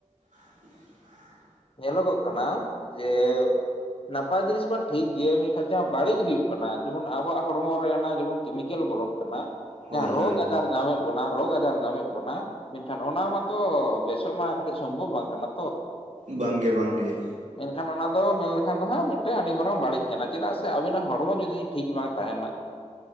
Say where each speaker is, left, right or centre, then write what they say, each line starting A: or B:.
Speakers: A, on the right; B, on the left.
A: <inaudible>
B: ᱧᱮᱞᱚ ᱜᱚᱜ ᱠᱟᱱᱟ ᱡᱮ ᱱᱟᱯᱟᱭ ᱡᱤᱱᱤᱥ ᱢᱟ ᱴᱷᱤᱠ ᱜᱮᱭᱟ ᱢᱮᱱ ᱠᱷᱟᱱ ᱡᱟᱦᱟ ᱵᱟᱲᱤᱡ ᱦᱩᱭᱩᱜ ᱠᱟᱱᱟ ᱡᱮᱢᱚᱱ ᱟᱵᱚᱣᱟᱜ ᱦᱚᱲ ᱢᱚ ᱨᱮ ᱚᱱᱟ ᱡᱮᱢᱚᱱ ᱠᱮᱢᱤᱠᱮᱞ ᱵᱚᱞᱚᱱ ᱠᱟᱱᱟ
A: ᱦᱳᱭ
B: ᱡᱟᱦᱟᱸ ᱨᱳᱜᱽ
A: ᱦᱳᱭ
B: ᱟᱡᱟᱨ ᱧᱟᱢ ᱮᱫ ᱵᱚᱱᱟ ᱨᱳᱜᱽ ᱟᱡᱟᱨ ᱧᱟᱢᱮᱫ ᱵᱚᱱᱟ ᱢᱮᱱ ᱠᱷᱟᱱ ᱚᱱᱟ ᱢᱟᱛᱚ ᱵᱮᱥᱚᱜ ᱢᱟ ᱠᱟᱹᱴᱤᱡ ᱥᱚᱢ ᱵᱷᱚᱵ ᱵᱟᱝ ᱠᱟᱱᱟ ᱾
A: ᱵᱟᱝ ᱜᱮ ᱵᱟᱝ ᱜᱮ ᱾
B: ᱢᱮᱱᱠᱷᱟᱱ ᱚᱱᱟ ᱫᱚ ᱢᱮᱱ ᱞᱮᱠᱷᱟᱱ ᱫᱚ ᱦᱟᱸᱜ ᱢᱤᱫᱴᱟᱹᱝ ᱟᱹᱰᱤ ᱢᱟᱨᱟᱝ ᱵᱟᱹᱲᱤᱡ ᱠᱟᱱᱟ ᱪᱮᱫᱟᱜ ᱥᱮ ᱟᱹᱵᱤ ᱱᱟᱜ ᱦᱚᱲ ᱢᱚ ᱡᱩᱫᱤ ᱴᱷᱤᱠ ᱵᱟᱝ <unintelligible> ᱛᱟᱦᱮᱱᱟ